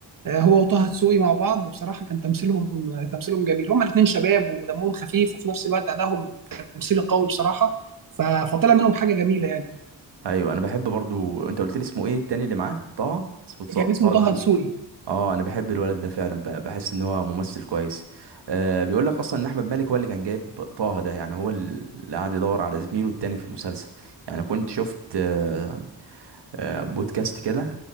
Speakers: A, on the right (about 45°); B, on the right (about 65°).
A: آه، هو وطه دسوقي مع بعض بصراحه كان تمثيلهم آه، تمثيلهم جميل هما الاثنين شباب ودمهم خفيف وفي نفس الوقت ادائهم التمثيل قوي بصراحه ف- فطلع منهم حاجه جميله يعني
B: ايوه انا بحب برضو انت قلت لي اسمه ايه التاني اللي معاه طه اسمه تص-
A: كان اسمه
B: طه
A: طه
B: دسوقي
A: دسوقي
B: اه انا بحب الولد ده فعلا ب- بحس ان هو ممثل كويس آه بيقول لك اصلا ان احمد مالك هو اللي كان جايب طه ده يعني هو اللي قاعد يدور على زميله التاني في المسلسل يعني كنت شفت آه آه بودكاست كده